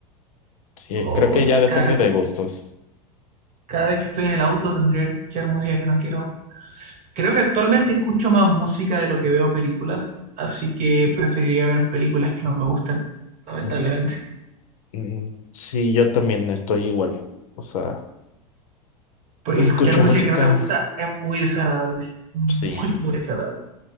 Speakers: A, on the left; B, on the right.
A: Sí,
B: Oh,
A: creo que ya depende
B: cada,
A: de gustos.
B: cada vez que estoy en el auto tendría que escuchar música que no quiero. Creo que actualmente escucho más música de lo que veo películas, así que preferiría ver películas que no me gustan, lamentablemente.
A: Ok. Mm, sí, yo también estoy igual. O sea,
B: Porque
A: escucho
B: escuchar música
A: música.
B: que no te gusta es muy desagradable, es muy,
A: Sí,
B: muy desagradable.